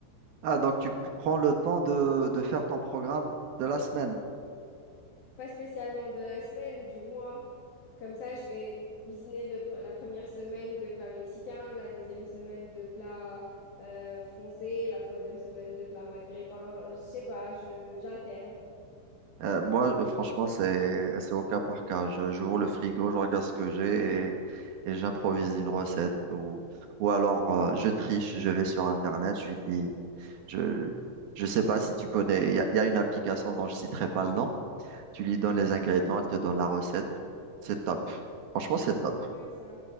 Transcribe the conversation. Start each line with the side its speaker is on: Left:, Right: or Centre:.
Right: Ah, donc tu prends le temps de, de faire ton programme de la semaine.
Left: Pas spécialement de la semaine, du mois. Comme ça, je vais cuisiner le pr- la première semaine de plats mexicains, la deuxième semaine de plats euh, français, la troisième semaine de plats maghrébins. Je sais pas, je, j'alterne.
Right: Euh, moi, euh, franchement, c'est, c'est au cas par cas. Je, j'ouvre le frigo, je regarde ce que j'ai et, et j'improvise une recette ou, ou alors euh, je triche, je vais sur Internet, je lui dis. Je je sais pas si tu connais, il y a, il y a une application dont je citerai pas le nom. Tu lui donnes les ingrédients, elle te donne la recette. C'est top. Franchement, c'est
Left: C'est
Right: top.
Left: génial ça.